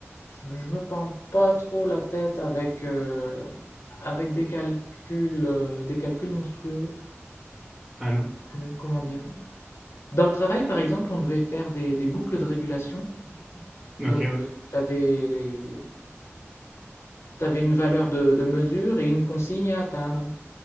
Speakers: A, on the left; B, on the right.
A: je, je me pends pas trop la tête avec, euh, avec des calculs, euh, des calculs monstrueux.
B: Ah non?
A: Hum, Comment dire? Dans le travail, par exemple, on devait faire des, des boucles de régulation. Donc,
B: Ok, ouais.
A: tu avais, une valeur de, de mesure et une consigne à atteindre.